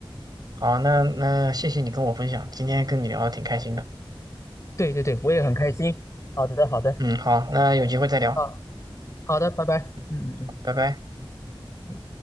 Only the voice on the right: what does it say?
好，那那谢谢你跟我分享，今天跟你聊的挺开心的。
嗯，好，那有机会再聊。
嗯，
好拜拜。